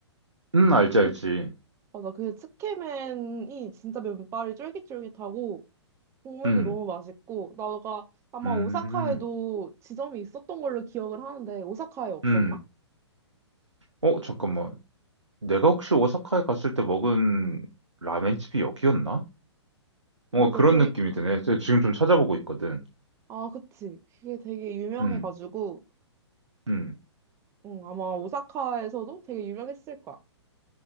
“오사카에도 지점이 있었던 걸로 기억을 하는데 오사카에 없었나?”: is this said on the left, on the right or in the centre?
Right